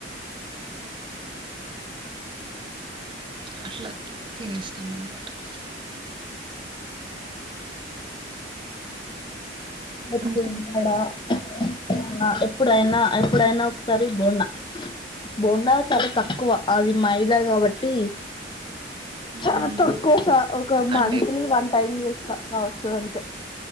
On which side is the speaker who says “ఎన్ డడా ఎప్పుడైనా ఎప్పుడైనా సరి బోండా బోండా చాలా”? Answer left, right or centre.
Left